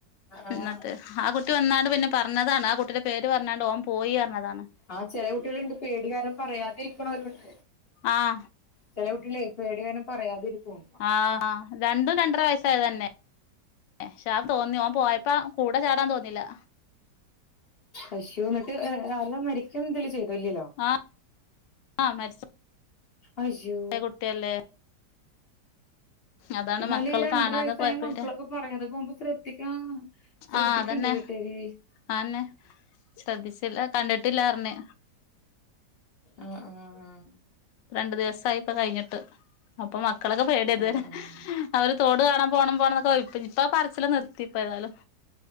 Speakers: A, on the left; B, on the left.
A: ആഹ്
B: ഇന്നട്ട് ആഹ് കുട്ടി വന്നാണ്ട് പിന്നെ പർഞ്ഞതാണ് ആ കുട്ടിന്റെ പേര് പർഞ്ഞാണ്ട് ഓൻ പോയി പർഞ്ഞതാണ്
A: ആഹ് ചെലേ കുട്ട്യേള്ണ്ട് പേടികാര പറയാതിരിക്ക്ണോലുണ്ട്
B: ആഹ്
A: ചെലേകുട്ട്യേളെ പേടി കാര്ണം പറയാതിരിക്കും
B: ആഹ് രണ്ടും രണ്ടര വയസ്സായതെന്നെ ക്ഷെ ആ തോന്നി ഓൻ പോയപ്പ കൂടെ ചാടാൻ തോന്നീലാ
A: അശ്യോ ന്ന ട്ട് ആലോ മരിക്കാേന്തേലും ചെയ്തോ ല്ല്യല്ല്യോ
B: ആഹ് ആഹ് മരിച്ച
A: അയ്യോ
B: കുട്ടിയല്ലേ അതാണ്
A: ഇന്നാലെ
B: മക്കള്
A: ഈ രണ്ടര
B: കാണാതെ
A: വയസ്സായ
B: പോയ പേടി
A: മക്കളൊക്കെ പറയാതെ പോവുമ്പോ സ്ര ദ്ധികാ ശ്രദ്ധിക്കണ്ടെ
B: ആഹ് അതന്നെ
A: വീട്ടാര്
B: ആന്നെ ശ്രദ്ധിച്ചില്ല കണ്ടിട്ടില്ലാർഞ്ഞ്
A: ആഹ് ആഹ് ആഹ്
B: രണ്ട് ദിവസായിപ്പ കഴിഞ്ഞിട്ട് അപ്പൊ മക്കളൊക്കെ പേടിയ
A: ആഹ്
B: ഇത് വരെ
A: ആഹ്
B: അവര് തോട് കാണാൻ പോണം പോണം ന്നൊക്കെ ഇപ്പ പറച്ചില് നിർ ത്തി ഇപ്പ ഏതാലും